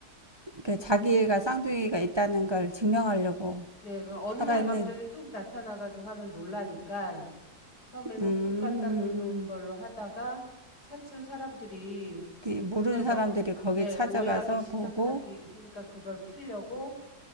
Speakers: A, on the right (about 20°); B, on the left (about 85°).
A: 그 자기가 쌍둥이가 있다는 걸 증명하려고
B: 네, 그 어느
A: 살아있는
B: 날 갑자기 뚝 나타나가지고 하면 놀라니까 처음에는
A: 음,
B: 꽃 갖다 놓는 걸로 하다가 차츰 사람들이
A: 그 모르는
B: 그걸 막
A: 사람들이
B: 오-
A: 거기
B: 네,
A: 찾아가서
B: 오해하기 시작하기
A: 보고
B: 하니까 그걸 풀려고